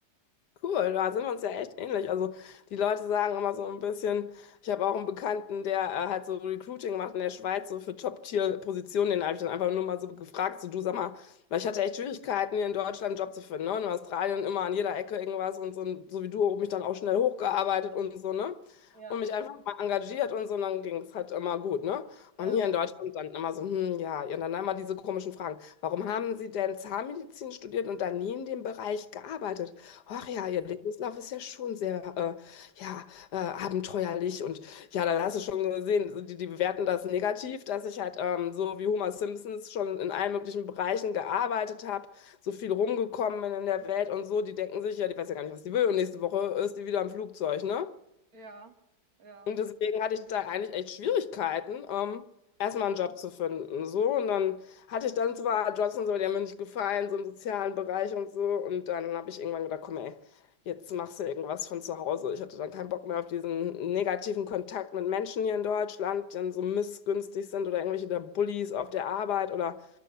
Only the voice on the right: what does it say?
Ja,
ja,
ja, ja,